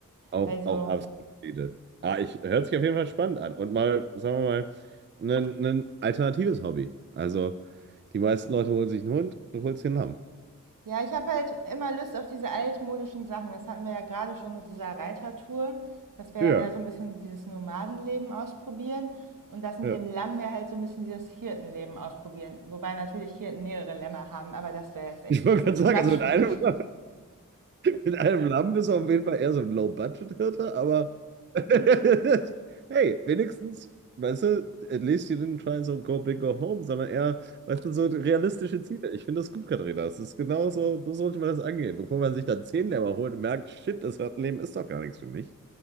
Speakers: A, on the right; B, on the right.
A: Auch,
B: also
A: auch absolut Friede. Ah, ich, hört sich auf jeden Fall spannend an. Und mal, sagen wir mal, ein, ein alternatives Hobby. Also, die meisten Leute holen sich einen Hund, du holst dir einen Lamm.
B: Ja, ich habe halt immer Lust auf diese altmodischen Sachen. Das hatten wir ja gerade schon mit dieser Reitertour. Das wäre
A: Ja,
B: dann ja so ein bisschen dieses Nomadenleben ausprobieren. Und das mit
A: ja.
B: dem Lamm wäre halt so ein bisschen dieses Hirtenleben ausprobieren. Wobei natürlich Hirten mehrere Lämmer haben, aber das wäre jetzt echt
A: Ich
B: ein
A: wollte
B: bisschen
A: gerade
B: too
A: sagen,
B: much
A: also mit
B: für
A: einem,
B: mich.
A: <laughs> mit einem Lamm bist du auf jeden Fall eher so ein Low-Budget-Hirte, aber <laughs> Hey, wenigstens, weißt du, at least you didn't try so go big go home, sondern eher, weißt du, so realistische Ziele. Ich finde das gut, Katharina. Das ist genau so, so sollte man das angehen, bevor man sich dann zehn Lämmer holt und merkt, shit, das Leben ist doch gar nichts für mich.